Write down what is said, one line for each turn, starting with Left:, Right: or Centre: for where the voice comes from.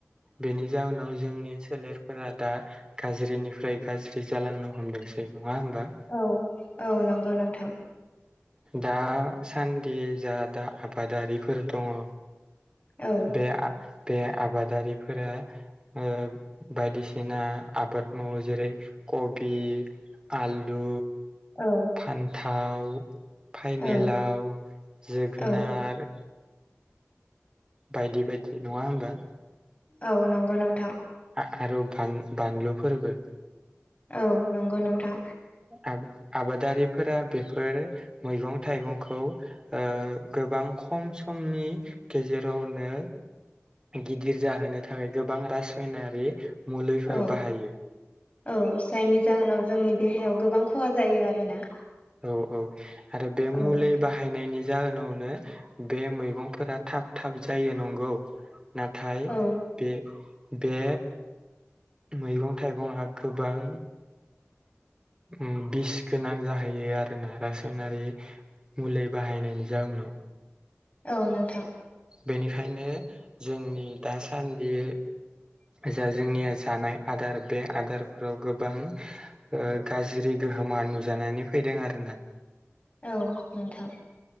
Right: बेनि जाहोनाव जोंनि सोलेरफोरा दा। गाज्रिनिफ्राय गाज्रि जालांनो हमदोंसै नङा होमबा।
Left: औ औ नंगौ नोंथां।
Right: दासान्दि जा दा आबादारिफोर दङ'।
Left: औ
Right: बे आ बे आबादारिफोरा ओ बायदिसिना आबाद मावो जेरै कबि आलु
Left: औ
Right: फान्थाव फाइनेलाव
Left: औ
Right: जोगोनार
Left: औ
Right: बायदि बायदि नङा होमबा
Left: औ नोंगौ नोंथां
Right: आ आरो बान बानलु फोरबो
Left: औ नंगौ नोंथां
Right: आब आबादारिफोरा बेफोर मैगं थाइगंखौ ओ गोबां खम समनि गेजेरावनो गिदिर जाहोनो थाखाय गोबां रासयनारि मुलिफोर
Left: औ
Right: बाहायो
Left: औ जायनि जाहोनाव जोंनि देहायाव गोबां खहा जायो आरोना
Right: औ औ आरो बे मुलि
Left: औ नोंथां
Right: बाहायनायनि जाहोनावनो बे मैगंफोरा थाब थाब जायो नंगौ नाथाय
Left: औ
Right: बे बे मैगं थाइगंआ गोबां उम बिस गोनां जाहैयो आरोना रासायनारि मुलि बाहायनायनि जाउनाव
Left: औ नोंथां
Right: बेनिखायनो जोंनि दासान्दि जा जोंनिया जानाय आदार बे आदारफोराव गोबां ओ गाज्रि गोहोमा नुजानानै फैदों आरो ना
Left: औ नोंथां